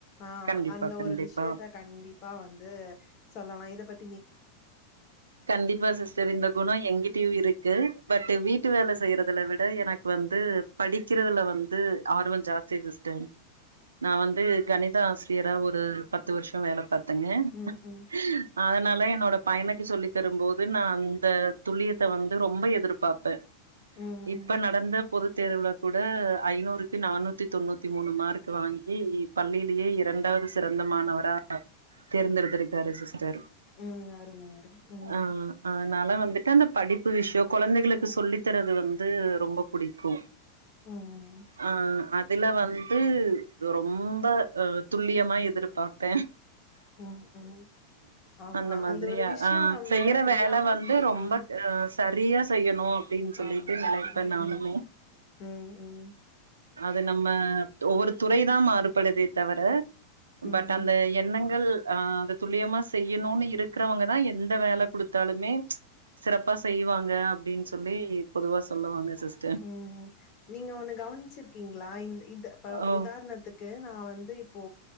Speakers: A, on the left (about 40°); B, on the right (about 70°).
A: ஆஹ்
B: கண்டிப்பா
A: அந்த
B: கண்டிப்பா
A: ஒரு விஷியத்த கண்டிப்பா வந்து <unintelligible> லா இதபத்
B: கண்டிப்பா சிஸ்டர் இந்த குணோ எங்கிட்டயோ இருக்கு பட் வீட்டு வேல செய்யுறதுல விட எனக்கு வந்து படிக்கிறதுல வந்து ஆர்வம் ஜாஸ்தி சிஸ்டர் நா வந்து கணித ஆசிரியரா ஒரு பத்து வருஷோ வேல பாத் <unintelligible>
A: ம் ம்
B: அதனால என்னோட பையனுக்கு சொல்லி தருமோது நா அந்த துல்லியத்த வந்து ரொம்ப எதிர்பார்ப்பே
A: ம்
B: இப்ப
A: ம்
B: நடந்த பொது தேர்வுல <unintelligible> கூட ஐநூறுக்கு நானூத்தி தொண்ணூத்தி மூணு மார்க்கு வாங்கி பள்ளியிலயே இரண்டாவது சிறந்தமாணவரா தேர்ந்தெடுத்திருக்காரு சிஸ்டர்
A: ம் அருமை அருமை ம்
B: ஆஹ் ஆஹ் நாலா வந்து <unintelligible> அந்த படிப்பு விஷ்யோ கொழந்தைகளுக்கு சொல்லித்தரது வந்து ரொம்ப புடிக்கும்
A: ம்
B: ஆஹ அது இதுல வந்து ரொம்ப அஹ துல்லியமா எதிர்பார்ப்பேன்
A: ம் ம் ஆமா
B: அந்த மாதிரியா
A: ஒரு விஷயம்
B: ஆஹ
A: நம்ப
B: செய்யற வேல
A: எல்லாமே
B: வந்து
A: தி
B: ரொம்ப
A: ஆ
B: அஹ சரியா செய்யணும் அப்டினு சொல்லிட்டு
A: ஆமா
B: நனைப்பேன்
A: ம்
B: நானுமே
A: ம் ம் ம்
B: அது நம்ம தோரு துறைதான் மாறுபடுதே தவற பட்
A: ம்
B: அந்த எண்ணங்கள் ஆஹ அத துல்லியமா செய் ன்னொன்னு இருக்கிறவங்கதான் எந்த வேல குடுத்தாலுமே சிறப்பா செய்வாங்க அப்டின்னு சொல்லி பொதுவா சொல்லுவாங்க சிஸ்டர்
A: உம் நீங்க ஒண்ணு கவனிச்சிருக்கீங்களா இந்த - இந்த இப்ப
B: ஓ
A: உதாரணத்துக்கு நான் வந்து இப்போ